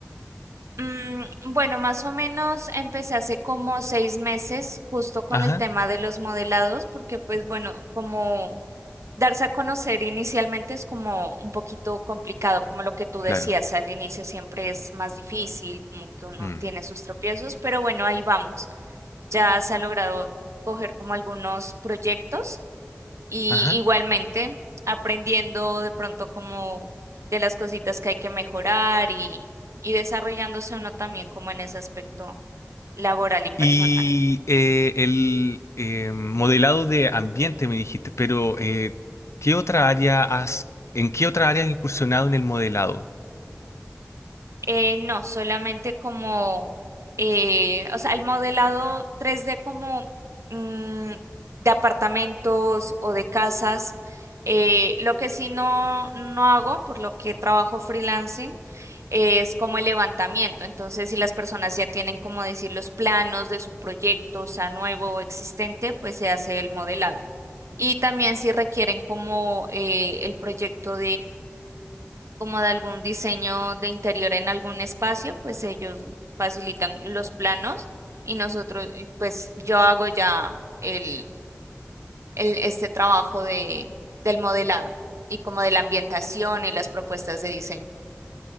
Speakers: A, on the right; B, on the left.
A: Mm, bueno, más o menos empecé hace como seis meses justo con
B: Ajá,
A: el tema de los modelados, porque pues bueno, como darse a conocer inicialmente es como un poquito complicado, como lo que tú decías,
B: claro.
A: al inicio siempre es más difícil, como que uno
B: Mm.
A: tiene sus tropiezos, pero bueno, ahí vamos. Ya se ha logrado coger como algunos proyectos. Y
B: Ajá.
A: igualmente aprendiendo de pronto como de las cositas que hay que mejorar y, y desarrollándose uno también como en ese aspecto laboral y personal.
B: Y eh, el eh, modelado de ambiente me dijiste, pero eh, ¿qué otra área has, en qué otra área has incursionado en el modelado?
A: Eh, no, solamente como, eh, o sea, el modelado 3D como mm, de apartamentos o de casas. Eh, lo que sí no, no hago, por lo que trabajo freelancing, eh, es como el levantamiento. Entonces, si las personas ya tienen, como decir, los planos de su proyecto, o sea, nuevo o existente, pues se hace el modelado. Y también si requieren como eh, el proyecto como de algún diseño de interior en algún espacio, pues ellos facilitan los planos y nosotros, y pues yo hago ya el, el- este trabajo de, del modelado y como de la ambientación y las propuestas de diseño.